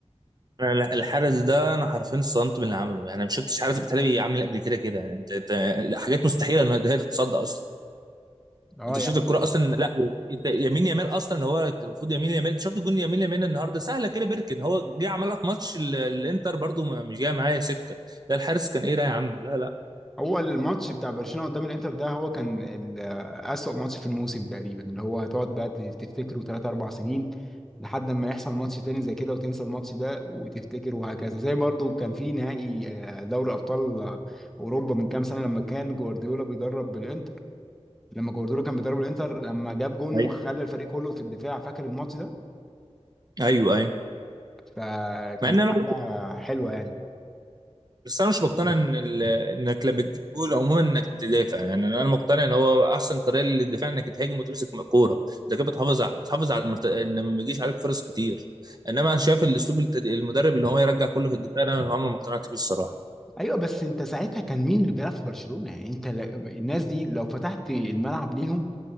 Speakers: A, on the right; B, in the centre.
A: انا لا- الحارس ده انا حرفيا اتصدمت من اللي عمله يعني ما شفتش حارس بتهيألي عامل قبل كده كده انت انت حاجات مستحيله ان هي تتصدى اصلا
B: اه
A: انت
B: يعني
A: شفت الكرة اصلا لا انت يمين يامال اصلا اللي هو المفروض يمين يامال انت شفت جون يمين يامال النهارده سهله كده بيركن هو جه عملها في ماتش ال- الانتر برضو ما- مش جايه معايا سكه لا الحارس كان ايه ده يا عم لا لا
B: هو الماتش بتاع برشلونة قدام الانتر ده هو كان ال- أسوأ ماتش في الموسم تقريبا اللي هو هتقعد بقى ت- تفتكره 3 4 سنين لحد ما يحصل ماتش تاني زي كده وتنسى الماتش ده وتفتكر وهكذا زي برضو كان في نهائي آه، دوري أبطال آه، أوروبا من كام سنة لما كان جوارديولا بيدرب بالانتر لما جوارديولا كان بيدرب الانتر لما جاب جون
A: ايوه
B: وخلى الفريق كله في الدفاع فاكر الماتش ده
A: ايوه ايوه
B: فكانت
A: مع ان انا
B: حاجة
A: برضو-
B: حلوة يعني
A: بس انا مش مقتنع ان ال- انك لما تجيب جول عموما انك تدافع يعني انا مقتنع ان هو احسن طريقه للدفاع انك تهاجم وتمسك م- الكوره انت كده بتحافظ على بتحافظ على المرت... ان ما يجيش عليك فرص كتير انما انا شايف الاسلوب التد... المدرب اللي هو يرجع كله في الدفاع ده انا عمري ما اقتنعت بيه الصراحه
B: ايوه بس انت ساعتها كان مين اللي بيلعب في برشلونة يعني انت ل- الناس دي لو فتحت الملعب ليهم